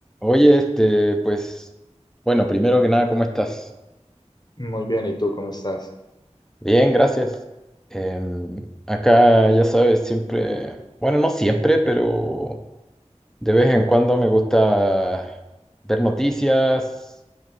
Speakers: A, in the centre; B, on the left (about 35°).
A: Oye, este, pues, bueno, primero que nada, ¿cómo estás?
B: Muy bien, ¿y tú cómo estás?
A: Bien, gracias. Em, acá, ya sabes, siempre, bueno, no siempre, pero de vez en cuando me gusta ver noticias.